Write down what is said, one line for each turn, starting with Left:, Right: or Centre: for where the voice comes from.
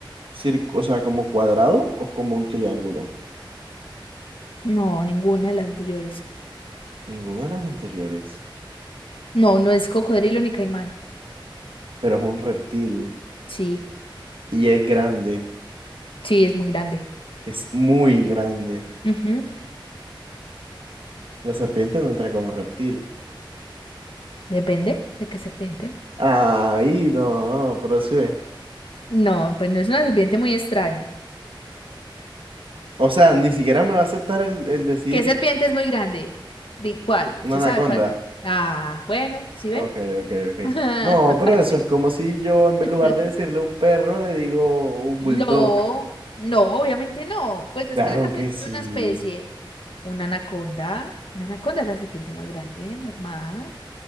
Right: cir- o sea, como cuadrado o como un triángulo.
Left: No, ninguna de las anteriores.
Right: Ninguna de las anteriores.
Left: No, no es cocodrilo ni caimán.
Right: Pero es un reptil
Left: Sí,
Right: y es grande.
Left: sí, es muy grande.
Right: Es muy grande.
Left: Ujú,
Right: La serpiente no entra como reptil.
Left: Depende de qué serpiente.
Right: Ay, no, pero sí ve.
Left: No, pues no es una serpiente muy extraña.
Right: O sea, ni siquiera me va a aceptar el, el decir
Left: ¿Qué serpiente es muy grande? ¿De cuál?
Right: una
Left: ¿Usted
Right: anaconda.
Left: sabe cuál? Ah, bueno, ¿sí
Right: Ok,
Left: ve?
Right: ok, ok.
Left: <laughs>
Right: No, pero
Left: Fácil.
Right: eso es como si yo en vez-
Left: <laughs>
Right: lugar de decirle un perro le digo un
Left: No,
Right: bulldog.
Left: no, obviamente no. Pues es
Right: Claro
Left: que acaso
Right: que
Left: es
Right: sí.
Left: una especie, una anaconda, una anaconda es la serpiente más grande, normal.